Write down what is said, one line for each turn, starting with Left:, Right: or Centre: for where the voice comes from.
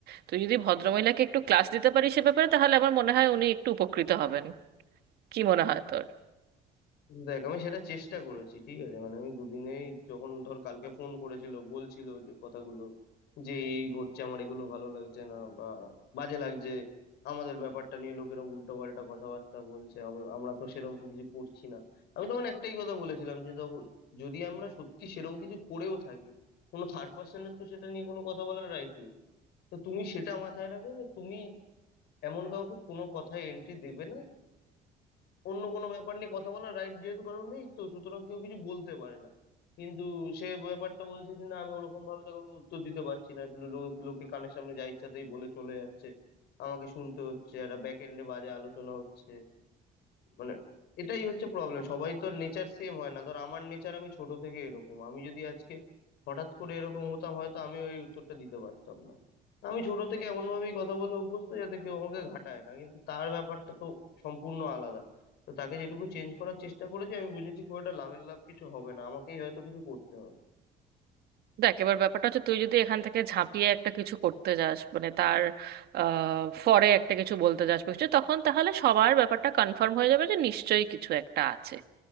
Right: তুই যদি ভদ্রমহিলাকে একটু ক্লাস দিতে পারিস সে ব্যাপারে তাহলে আমার মনে হয় উনি একটু উপকৃত হবেন কি মনে হয় তোর
Left: দেখ আমি সেটা চেষ্টা করেছি ঠিক আছে মানে আমি দুদিনেই যখন ধর কালকে ফোন করেছিল বলছিল যে কথাগুলো যে এই ঘটছে আমার এগুলো ভালো লাগছে না বা বাজে লাগছে আমাদের ব্যাপারটা নিয়ে লোকেরা উল্টো পাল্টা কথাবার্তা বলছে আম- আমরা তো সেরকম কিছু করছি না আমি তখন একটাই কথা বলেছিলাম যে দেখো যদি আমরা সত্যি সেরকম কিছু করেও থাকি কোনো থার্ড পার্সনের তো সেটা নিয়ে কোনো কথা বলার রাইট নেই তো তুমি সেটা মাথায় রাখো যে তুমি এমন কাউকে কোনো কথায় এন্ট্রি দেবে না অন্য কোনো ব্যাপার নিয়ে কথা বলার রাইট যেহেতু কারণ নেই তো সুতরাং কেউ কিছু বলতে পারে না কিন্তু সে ব্যাপারটা বলছে যে না আমি ওরকম ভাবে তো কাউকে উত্তর দিতে পারছি না লো- লো- লোকে কানের সামনে যা ইচ্ছাতেই বলে চলে যাচ্ছে আমাকে শুনতে হচ্ছে একটা ব্যাক এন্ডে বাজে আলোচনা হচ্ছে মানে এটাই হচ্ছে প্রবলেম সবাই তো নেচার সেম হয় না ধর আমার নেচার আমি ছোট থেকে এরকম আমি যদি আজকে হঠাৎ করে এরকম হতাম হয়তো আমি ওই উত্তরটা দিতে পারতাম না আমি ছোট থেকে এমন ভাবেই কথা বলে অভ্যস্ত যাতে কেউ আমাকে ঘাটায় না কিন্তু তার ব্যাপারটা তো সম্পূর্ণ আলাদা তো তাকে যেটুকু চেঞ্জ করার চেষ্টা করেছি আমি বুঝেছি খুব একটা লাভের লাভ কিছু হবে না আমাকেই হয়তো কিছু করতে হবে
Right: দেখ এবার ব্যাপারটা হচ্ছে তুই যদি এখান থেকে ঝাঁপিয়ে একটা কিছু করতে যাস মানে তার আহ, ফরে একটা কিছু বলতে যাস বা কিছু তখন তাহলে সবার ব্যাপারটা কনফার্ম হয়ে যাবে যে নিশ্চয়ই কিছু একটা আছে